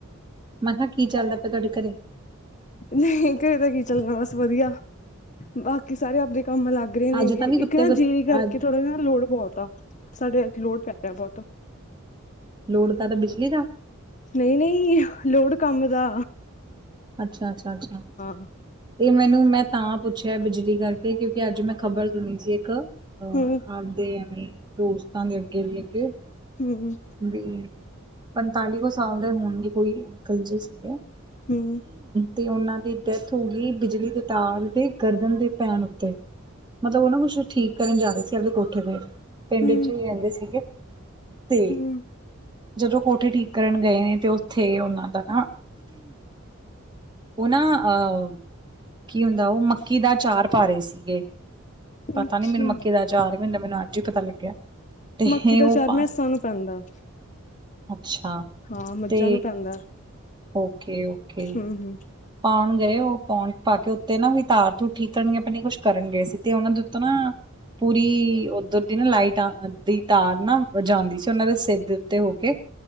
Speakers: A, on the right; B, on the left.
A: ਮੈਂਹ ਕੀ ਚੱਲਦਾ ਪਿਆ ਤੁਆਡੇ ਘਰੇ?
B: ਨਈਂ ਘਰੇ ਤੇ ਕੀ ਚੱਲਣਾ, ਬਸ ਵਧੀਆ ਬਾਕੀ ਸਾਰੇ ਆਪਣੇ ਕੰਮ ਲੱਗ ਗਰੇ ਨੇ,
A: ਅੱਜ ਤਾਂ ਨੀ
B: ਇੱਕ
A: ਕੁੱਤੇ
B: ਨਾ
A: ਅ
B: ਜੀਰੀ ਕਰਕੇ ਥੋੜਾ ਨਾ ਲੋੜ ਬੋਤ ਆ ਸਾਡੇ ਨਾ ਅੱਜ ਲੋਡ ਪੈ ਰਿਆ ਬੋਤ।
A: ਲੋਡ ਕਾਦਾ ਬਿਜਲੀ ਦਾ।
B: ਨਈ-ਨਈ ਲੋਡ ਕੰਮ ਦਾ।
A: ਅੱਛਾ-ਅੱਛਾ-ਅੱਛਾ
B: ਹਮ
A: ਤੇ ਮੈਨੂੰ ਮੈਂ ਤਾਂ ਪੁੱਛਿਐ ਬਿਜਲੀ ਕਰਕੇ ਕਿਉਂਕੀ ਅੱਜ ਮੈਂ ਖ਼ਬਰ ਸੁਣੀ ਸੀ ਇੱਕ ਆਵਦੇ
B: ਹਮ
A: ਐਵੇਂ ਦੋਸਤਾਂ ਦੇ ਅੱਗੇ ਦੀ ਅੱਗੇ
B: ਹਮ
A: ਵੀ ਪੰਤਾਲੀ ਕੁ ਸਾਲ ਦੇ ਹੋਣਗੇ ਕੋਈ ਅੰਕਲ ਜੀ ਸੀਗੇ।
B: ਹਮ
A: ਤੇ ਓਨਾਂ ਦੀ ਡੈਥ ਹੋਗੀ ਬਿਜਲੀ ਦੇ ਤਾਲ ਦੀ ਗਰਦਨ ਦੇ ਪੈਣ ਉੱਤੇ, ਮਤਲਬ ਓ ਨਾ ਕੁੱਛ ਠੀਕ ਕਰਨ ਜਾ ਰੇ ਸੀ ਆਪਦੇ ਕੋਠੇ ਤੇ। ਪਿੰਡ
B: ਹਮ
A: ਚੋਂ ਈ ਰੈਂਦੇ ਸੀਗੇ ਤੇ
B: ਹਮ
A: ਜਦੋਂ ਕੋਠੇ ਠੀਕ ਕਰਨ ਗਏ ਨੇ ਤੇ ਉੱਥੇ ਉਹਨਾਂ ਦਾ ਨਾ, ਉਹ ਨਾ ਅਹ, ਕੀ ਹੁੰਦਾ ਵਾ ਉਹ ਮੱਕੀ ਦਾ ਅਚਾਰ- ਪਾਰੇ ਸੀਗੇ, ਪਤਾ
B: ਅੱਛਾ
A: ਨੀ ਮੈਨੂੰ ਮੱਕੀ ਦਾ ਆਚਾਰ ਕੀ ਹੁੰਦਾ ਮੈਨੂੰ ਅੱਜ ਹੀ ਪਤਾ ਲੱਗਿਆ। ਤੇ
B: ਮੱਕੀ ਦਾ
A: ਉਹ
B: ਅਚਾਰ
A: ਪਾ
B: ਨਾ ਮੈਸਾਂ ਨੂੰ ਪੈਂਦਾ।
A: ਅੱਛਾ,
B: ਹਾਂ ਮੱਝਾਂ
A: ਤੇ
B: ਨੂੰ ਪੈਂਦਾ
A: ਓਕੇ- ਓਕੇ।
B: ਹਮ ਹਮ
A: ਪਾਉਣ ਗਏ ਉਹ ਪਾਉਣ ਪਾ ਕੇ ਉੱਤੇ ਨਾ ਤਾਰ ਤੁਰ ਠੀਕ ਕਰਨਗੇ ਪਤਾ ਨੀ ਕੁੱਛ ਕਰਨ ਗਏ ਸੀ ਤੇ ਉਹਨਾਂ ਦੇ ਉੱਤੋਂ ਨਾ- ਪੂਰੀ ਉੱਧਰ ਦੀ ਨਾ ਲਾਈਟਾ ਦੀ ਤਾਰ ਨਾ ਜਾਂਉਂਦੀ ਸੀ ਉਹਨਾਂ ਦੇ ਸਿਰ- ਦੇ ਉੱਤੇ ਹੋ ਕੇ,